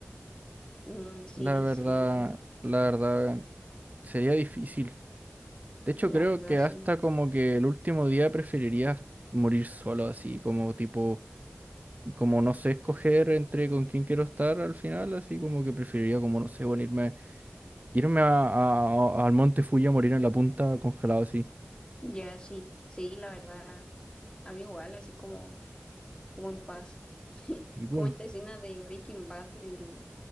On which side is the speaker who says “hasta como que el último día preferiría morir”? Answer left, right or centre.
Right